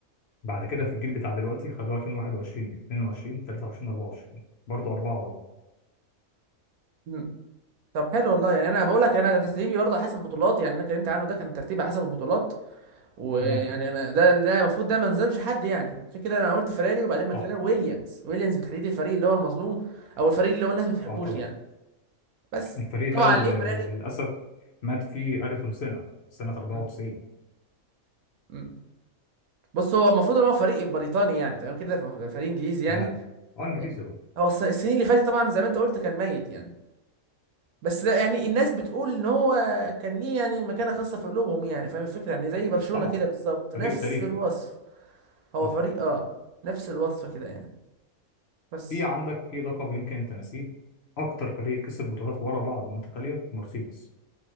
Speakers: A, on the left (about 55°); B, on the right (about 85°).
A: بعد كده في الجيل بتاع دلوقتي خدوها 2021 22 23 24 برضه أربعة ورا بعض
B: مم. طب حلو والله يعني انا بقول لك انا ده ترتيبي برضه حسب البطولات يعني انا اتكلمت عنه ده كان ترتيبي حسب البطولات ويعني
A: تمام
B: انا ده ده المفروض ده ما نظلمش حد يعني عشان كده انا قلت فيراري وبعدين ماكلارين
A: صح
B: ويليامز ويليامز بالتحديد الفريق اللي هو المظلوم او الفريق اللي هو الناس ما بتحبوش
A: أه طبعا
B: يعني بس
A: الفريق
B: طبعا
A: ده اللي
B: ليه فيراري
A: للأسف مات فيه أريتون سنة سنة 94
B: مم. مم. بص هو المفروض ان هو فريق بريطاني يعني تمام كده ف- فريق انجليزي يعني
A: تمام أه إنجليزي
B: آه،
A: أهو
B: هو الس- السنين اللي فاتت طبعا زي ما انت قلت كان ميت يعني بس لا يعني الناس بتقول ان هو كان ليه يعني مكانة خاصة في قلوبهم يعني فاهم الفكرة يعني زي برشلونة
A: طبعا
B: كده بالظبط
A: فريق
B: نفس
A: تاريخي
B: الوصف هو
A: صح
B: فريق اه نفس الوصف كده يعني بس
A: في عندك في لقب يمكن أنت ناسيه أكتر فريق كسب بطولات ورا بعض متتالية مرسيدس